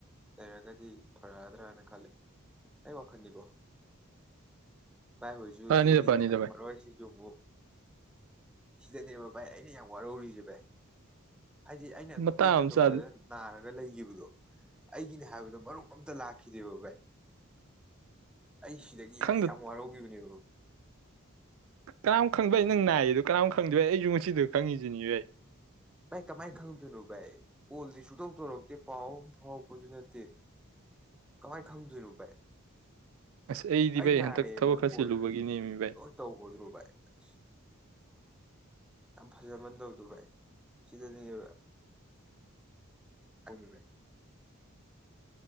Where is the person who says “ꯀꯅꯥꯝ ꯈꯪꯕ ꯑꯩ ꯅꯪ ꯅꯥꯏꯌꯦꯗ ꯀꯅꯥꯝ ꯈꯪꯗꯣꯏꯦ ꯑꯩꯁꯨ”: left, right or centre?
Right